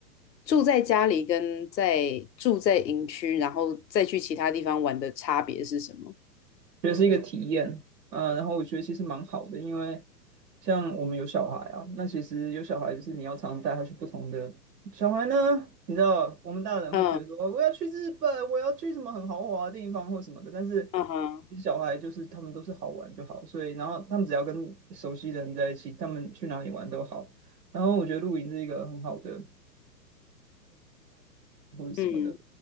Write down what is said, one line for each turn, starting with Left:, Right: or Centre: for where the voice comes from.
Left: 住在家里跟在住在营区，然后再去其他地方玩的差别是什么？
Right: 觉得是呃，然后我觉得其实蛮好的，因为像我们有小孩啊，那其实有小孩就是你要常常带他去不同的小孩呢，你知道我们大人会觉得说哦我要去日本，
Left: 嗯
Right: 我要去什么很豪华的地方或什么的，但是
Left: 嗯哼，
Right: 其实小孩就是他们都是好玩就好，所以然后他们只要跟熟悉的人在一起，他们去哪里玩都好。然后我觉得露营是一个很好的，什么的，
Left: 嗯，